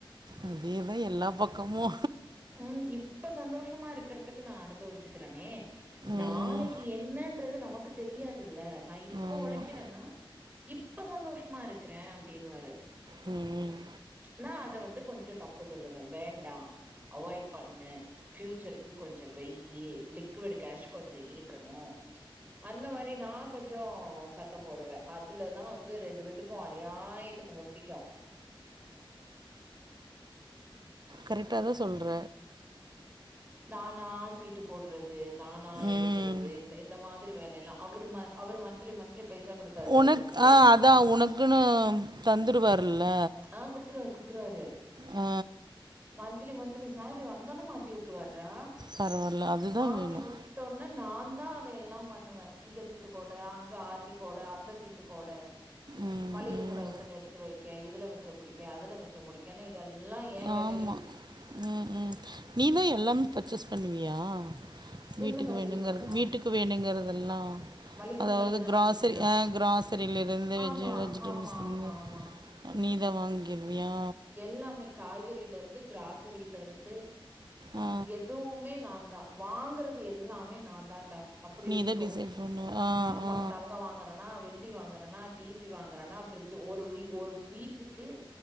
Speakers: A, on the right (about 50°); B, on the right (about 20°).
A: அதேதா எல்லா பக்கமு
B: ம் இப்ப சந்தோஷமா இருக்கறதுக்கு நா அனுபவிச்சுக்கிறனே நாளைக்கு
A: ம்
B: என் ன்னன்றது நமக்கு தெரியாதுல்ல நா இப்ப
A: ஆமாம்
B: ஒழைக்கிறேன்னா இப்ப சந்தோஷமா இருக்கற அப்டீன்வாரு
A: ம் ம்
B: ம்ச் நா அத வந்து கொஞ்சோ தப்பு சொல்லுவ வேண்டா அவாய்ட் பண்ணு ஃபியூச்சருக்கு கொஞ்சோ வைய்யி லிக்விட் கேஷ் கொஞ்சோ இருக்கணு அந்த மாரி நா கொஞ்சோ அ சத்தம் போடுவ அதுலதா வந்து ரெண்டு பேத்துக்கும் அநியாயத்துக்கு முட்டிக்கும்
A: கரெக்டாதா சொல்ற
B: நானா சீட்டு போடுறது நானா எடுக்
A: ம்
B: குறது இந்த இந்த மாதிரி வேலையெல்லா அவரு அவரு மந்த்லி மந்த்லி பைசா குடுப்பாரு பாரு
A: உனக்
B: வீட்டுக்கு
A: ஆ அதான் உனக்குன்னு தந்துருவாருல
B: ஆ குடுத்துருவாரு குடுத்துருவாரு
A: ஆ
B: மந்திலி மந்த்லி சேலரி வந்தோன மாத்தி வுட்டுருவாரா
A: பரவாயில்ல அதுதான்
B: மாத்தி
A: வேணும்
B: வுட் டோன்ன நா தா அத எல்லா பண்ணுவே இங்க சீட்டு போட அங்க ஆர் டி போட அந்த சீட்டு போட
A: ம்
B: மளிகை
A: ம்
B: செலவுக்குன்னு எடுத்து வைக்க இதுல மிச்சோ புடிக்க அதுல மிச்சோ புடிக்கன்னு இதெல்லா ஏன் கேட்டகிரி
A: ஆமா ம் ம் நீதா எல்லாமே பர்ச்சேஸ் பண்ணுவியா வீட்டுக்கு
B: என்ன பர்ச்சேஸ்
A: வேணுங்கறது
B: பண்ணனு
A: வீட்டுக்கு வேணுங்குறதெல்லா
B: மளிகை
A: அதாவது
B: செலவெல்லா
A: கிராசரி
B: கேக்குறியா
A: ஆ கிராசரியில இருந்து வெஜ்
B: ஆமா
A: வெஜிடபிள்ஸ்ல
B: ஆமா ஆமா
A: இருந்து
B: ஆமா
A: நீதா வாங்குவியா
B: எல்லாமே காய்கறில இருந்து கிராசரியில இருந்து
A: ஆ
B: எதுவுமே நா தா வாங்குறது எல்லாமே நா தான்டா அப்புடி
A: நீதா
B: வச்சுக்கோ
A: டிசைட் பண்ணுவ ஆ
B: ஆமா
A: ஆ
B: தங்கோ வாங்குறனா வெள்ளி வாங்குற னா டிவி வாங்குறானா பிரிட்ஜ் ஒரு வீ ஒரு வீட்டுக்கு